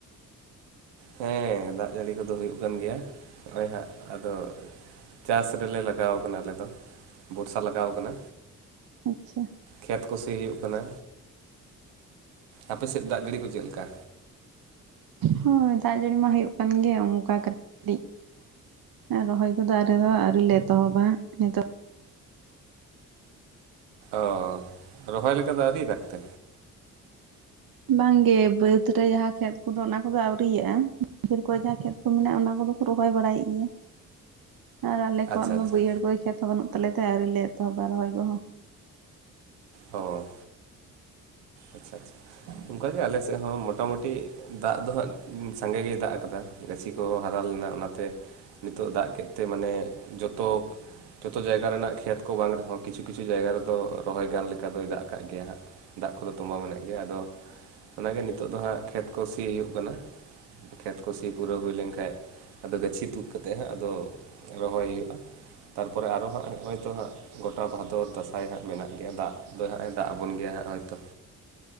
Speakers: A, on the right; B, on the right.
A: ᱦᱮᱸ ᱫᱟᱜ ᱡᱟᱹᱲᱤ ᱠᱚᱫᱚ ᱦᱩᱭᱩᱜ ᱠᱟᱱ ᱜᱮᱭᱟ ᱱᱚᱜ-ᱚᱭ ᱦᱟᱸᱜ ᱟᱫᱚ ᱪᱟᱥ ᱨᱮᱞᱮ ᱞᱟᱜᱟᱣ ᱠᱟᱱᱟ ᱟᱞᱮ ᱫᱚ ᱵᱚᱨᱥᱟ ᱞᱟᱜᱟᱣ ᱠᱟᱱᱟ᱾
B: ᱟᱪᱪᱷᱟ᱾
A: ᱠᱷᱮᱛ ᱠᱚ ᱥᱤᱭ ᱦᱩᱭᱩᱜ ᱠᱟᱱᱟ, ᱟᱯᱮ ᱥᱮᱜ ᱫᱟᱜ ᱡᱟᱹᱲᱤ ᱠᱚ ᱪᱮᱜ ᱞᱮᱠᱟ?
B: ᱦᱳᱭ ᱫᱟᱜ ᱡᱟᱹᱲᱤ ᱢᱟ ᱦᱩᱭᱩᱜ ᱠᱟᱱ ᱜᱮ ᱚᱱᱠᱟ ᱠᱟᱹᱴᱤᱡ ᱮᱸ ᱨᱚᱦᱚᱭ ᱱᱚᱛᱮᱫᱚ ᱟᱞᱮ ᱫᱚ ᱟᱹᱣᱨᱤ ᱞᱮ ᱮᱛᱚᱦᱚᱵᱟ ᱱᱤᱛᱚᱜ
A: ᱚ ᱨᱚᱦᱚᱭ ᱞᱮᱠᱟ ᱫᱚ ᱟᱹᱣᱨᱤ ᱫᱟᱜᱽ ᱛᱮ?
B: ᱵᱟᱝ ᱜᱮ ᱵᱟᱹᱛ ᱨᱮ ᱡᱟᱦᱟᱸ ᱠᱷᱮᱛ ᱠᱚᱫᱚ ᱚᱱᱟ ᱠᱚᱫᱚ ᱟᱹᱣᱨᱤᱭᱟᱜ-ᱟ ᱠᱷᱤᱲ ᱠᱚᱨᱮ ᱡᱟᱦᱟᱸ ᱠᱷᱮᱛ ᱠᱚ ᱢᱮᱱᱟᱜ-ᱟ ᱚᱱᱟ ᱠᱚᱫᱚ ᱠᱚ ᱨᱚᱦᱚᱭ ᱵᱟᱲᱟᱭᱮᱜ ᱜᱮᱭᱟ᱾ ᱟᱨ ᱟᱞᱮ ᱠᱚᱣᱟᱜ
A: ᱟᱪᱪᱷᱟ
B: ᱢᱟ
A: ᱟᱪᱪᱷᱟ
B: ᱵᱟᱹᱭᱦᱟᱹᱲ ᱠᱚᱨᱮ ᱠᱷᱮᱛ ᱦᱚᱸ ᱵᱟᱹᱱᱩᱜ ᱛᱟᱞᱮ ᱛᱮ ᱟᱹᱣᱨᱤ ᱞᱮ ᱮᱛᱚᱦᱚᱵᱟ ᱨᱚᱦᱚᱭ ᱠᱚᱦᱚᱸ᱾
A: ᱚᱻ᱾ ᱟᱪᱪᱷᱟ ᱪᱷᱟ ᱚᱱᱠᱟ ᱜᱮ ᱟᱞᱮ ᱥᱮᱜ ᱦᱚᱸ ᱢᱚᱴᱟᱢᱩᱴᱤ ᱫᱟᱜ ᱫᱚ ᱦᱟᱸᱜ ᱩᱸ ᱥᱟᱸᱜᱮ ᱜᱮᱭ ᱫᱟᱜ ᱟᱠᱟᱫᱟ ᱜᱟᱹᱪᱷᱤ ᱠᱚ ᱦᱟᱨᱟ ᱞᱮᱱᱟ ᱚᱱᱟᱛᱮ ᱱᱤᱛᱚᱜ ᱫᱟᱜ ᱠᱮᱫ ᱛᱮ ᱢᱟᱱᱮ ᱡᱚᱛᱚ ᱡᱚᱛᱚ ᱡᱟᱭᱜᱟ ᱨᱮᱱᱟᱜ ᱠᱷᱮᱛ ᱠᱚ ᱵᱟᱝ ᱨᱮᱦᱚᱸ ᱠᱤᱪᱷᱩ ᱠᱤᱪᱷᱩ ᱡᱟᱭᱜᱟ ᱨᱮᱫᱚ ᱨᱚᱦᱚᱭ ᱜᱟᱱ ᱞᱮᱠᱟ ᱫᱚᱭ ᱫᱟᱜ ᱟᱠᱟᱜ ᱜᱮᱭᱟ ᱦᱟᱸᱜ᱾ ᱫᱟᱜ ᱠᱚᱫᱚ ᱛᱚᱸᱵᱟᱣ ᱢᱮᱱᱟᱜ ᱜᱮᱭᱟ ᱟᱫᱚ ᱚᱱᱟ ᱜᱮ ᱱᱤᱛᱚᱜ ᱫᱚ ᱦᱟᱸᱜ ᱠᱷᱮᱛ ᱠᱚ ᱥᱤ ᱦᱩᱭᱩᱜ ᱠᱟᱱᱟ᱾ ᱠᱷᱮᱛ ᱠᱩ ᱥᱤ ᱯᱩᱨᱟᱹᱣ‌ ᱦᱩᱭ ᱞᱮᱱ ᱠᱷᱟᱡ ᱟᱫᱚ ᱜᱟᱹᱪᱷᱤ ᱛᱩᱫ ᱠᱟᱛᱮᱜ ᱦᱟᱸᱜ ᱟᱫᱚ ᱨᱚᱦᱚᱭ ᱦᱩᱭᱩᱜ-ᱟ ᱛᱟᱨᱯᱚᱨᱮ ᱟᱨᱚ ᱦᱟᱸᱜ ᱦᱚᱸᱜ-ᱚᱭ ᱛᱚ ᱦᱟᱸᱜ ᱜᱚᱴᱟ ᱵᱷᱟᱫᱚᱨ ᱫᱟᱸᱥᱟᱭ ᱦᱟᱸᱜ ᱢᱮᱱᱟᱜ ᱜᱮᱭᱟ ᱫᱟᱜ ᱫᱚ ᱦᱟᱸᱜ ᱮ ᱫᱟᱜ ᱟᱵᱚᱱ ᱜᱮᱭᱟ ᱦᱟᱸᱜ ᱦᱳᱭᱛᱚ᱾